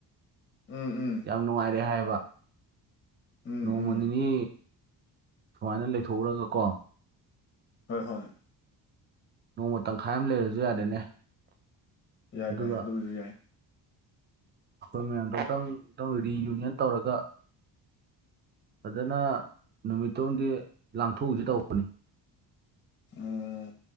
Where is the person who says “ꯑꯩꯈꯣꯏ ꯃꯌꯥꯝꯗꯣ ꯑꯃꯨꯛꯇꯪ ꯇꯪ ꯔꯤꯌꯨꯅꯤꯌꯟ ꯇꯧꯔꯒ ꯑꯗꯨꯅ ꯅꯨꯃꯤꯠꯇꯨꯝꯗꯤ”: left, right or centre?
Right